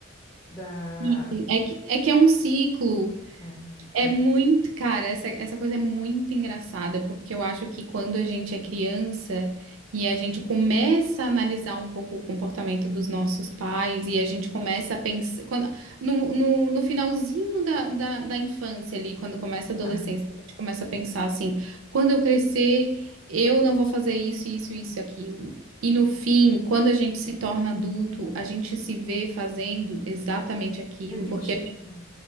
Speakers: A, on the left (about 15°); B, on the right (about 85°).
A: Da,
B: Sim, É que, é que é um ciclo.
A: é,
B: É muito, cara, essa, essa coisa é muito engraçada, porque eu acho que quando a gente é criança e a gente começa a analisar um pouco o comportamento dos nossos pais e a gente começa a pensar. Quando, no, no, no finalzinho da, da, da infância ali, quando começa a adolescência,
A: <laughs>
B: a gente começa a pensar assim: quando eu crescer, eu não vou fazer isso, isso, isso, aquilo. E no fim, quando a gente se torna adulto, a gente se vê fazendo exatamente aquilo,
A: repetindo.
B: porque